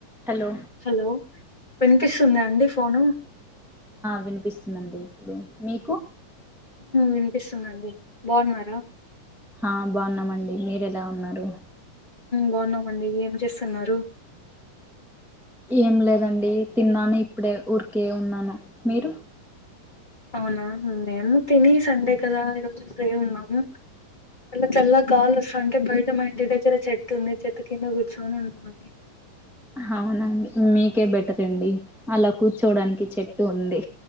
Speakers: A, in the centre; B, on the left.
A: Hello
B: hello వినిపిస్తుందా అండి phone
A: వినిపిస్తుందిండి ఇప్పుడు మీకు
B: వినిపిస్తుందండి బాగున్నారా
A: ఆ బాగున్నామండి మీరు ఎలా ఉన్నారు
B: బాగున్నామండి ఏం చేస్తున్నారు
A: ఏం లేదండి తిన్నాను ఇప్పుడే ఊరికే ఉన్నాను మీరు
B: అవునా మేము తిని సండే కదా ఈ రజు ఫ్రీ ఉన్నాము అట్లా చల్ల కాగాలు వస్త అంటే బయట మా ఇంటి దగ్గర చెట్టు ఉంది చెట్టు కింద కూర్చొని అనుకోాలి
A: అవునండి మీకే బెటర్ అండి అలా కూర్చోడానికి చెట్టు ఉంది